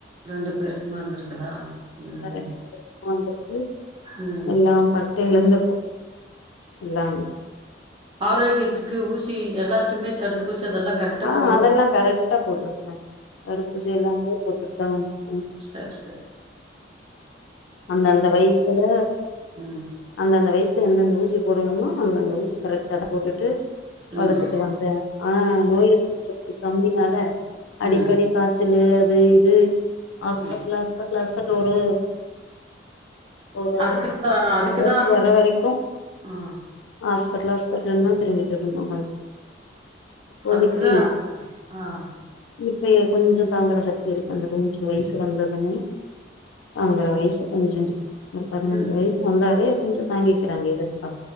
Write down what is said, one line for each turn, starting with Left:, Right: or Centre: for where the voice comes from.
Right: ரெண்டு பேருக்குமே வந்திருக்குதா ம்
Left: ரெண்டு வந்திருக்கு
Right: ம்
Left: எல்லா பட்டு எழுந்துட்டோ எல்லா
Right: ஆரோக்கியத்துக்கு ஊசி எல்லாத்துக்மே தடுப்பூசி அதெல்லா கரெக்டா
Left: ஆ
Right: போடு
Left: அதெல்லா கரெக்ட்டா போட்ருக்கே தடுப்பூசி எல்லாமே போட்டுட்டு தா வந்துருக்கோ
Right: சேர் சேர்
Left: அந்தந்த வய்சுல
Right: ம்
Left: அந்தந்த வய்சுல எந்தெந்த ஊசி போடணுமோ அந்தந்த ஊசி கரெக்ட்டா அத போட்டுட்டு வளத்துட்டு
Right: ம்
Left: வந் து ஆனா நோய் எதிர்ப்பு சக்தி கம்மியால அடிக்கடி
Right: ம்
Left: காய்ச்சலு அது இது ஆஸ்பட்லு
Right: ம்
Left: ஆஸ்பட்லு ஆஸ்பட்லு ஒரு ஒரு
Right: அதுக்குதா
Left: நாம்
Right: அதுக்குதா
Left: அளவு வர வரைக்கு
Right: ஆ
Left: ஹாஸ்பட்லு ஹாஸ்பிட்டல்ன்தா திருஞ்சிட்டிர்ந்தோ ஏதாச்சு ஒதுக்கி
Right: அதுக்குதா ஆ
Left: இப்பயே கொஞ்சோ தாங்குற சக்தி இருக்கு அந்த கொஞ்சு வய்சு வந்ததுமே தாங்கர வய்சு கொஞ்சு இரு ஒரு பதினஞ்சு
Right: ஆ
Left: வய்ஸ் வந்தாலே கொஞ்சோ தாங்கிக்கிறாங்க எது இருந்தா